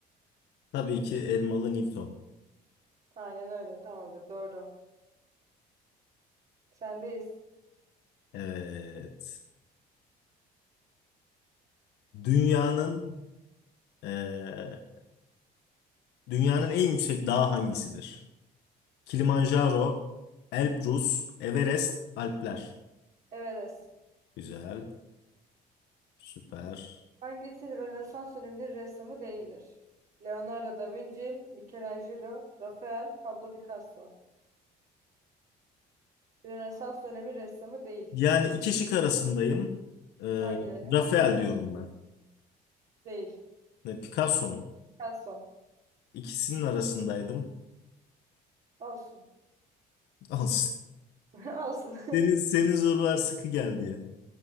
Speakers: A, on the left; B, on the right.
A: Tabii ki Elmalı Newton.
B: Aynen öyle. Tamamdır. Doğru. Sendeyiz.
A: Evet. Dünyanın eee, dünyanın en yüksek dağı hangisidir? Kilimanjaro, Elbrus, Everest, Alpler.
B: Everest.
A: Güzel, süper.
B: Hangisi Rönesans döneminin ressamı değildir? Leonardo da Vinci, Michelangelo, Rafael, Pablo Picasso. Rönesans dönemi ressamı değil.
A: Yani iki şık arasındayım. Eee,
B: Hangileri?
A: Rafael diyorum ben.
B: Değil.
A: Ne, Picasso mu?
B: Picasso.
A: İkisinin arasındaydım.
B: Olsun.
A: <laughs> Olsun.
B: <laughs> Olsun.
A: Senin, senin sorular sıkı geldi ya.